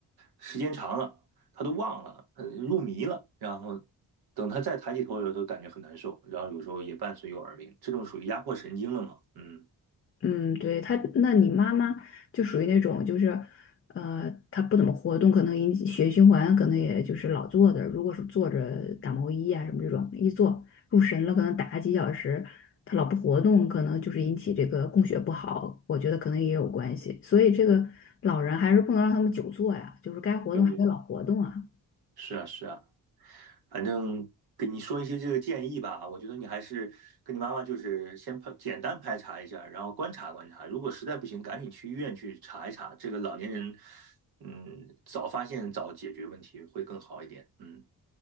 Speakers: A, on the right; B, on the left.
A: 时间长了，她都忘了，呃入迷了，然后等她再抬起头的时候，都感觉很难受，然后有时候也伴随有耳鸣，这种属于压迫神经了嘛？嗯，
B: 嗯，对，他，那你妈妈就属于那种，就是，呃，她不怎么活动，可能引起血液循环，可能也就是老坐着。如果是坐着打毛衣啊什么这种，一坐入神了，可能打几小时，她老不活动，可能就是引起这个供血不好，我觉得可能也有关系。所以这个老人还是不能让他们久坐呀，就是该活动还得老活动啊。
A: 对。是啊，是啊。反正给你说一些这个建议吧，我觉得你还是跟你妈妈就是先排简单排查一下，然后观察观察，如果实在不行，赶紧去医院去查一查。这个老年人，嗯，早发现早解决问题会更好一点。嗯，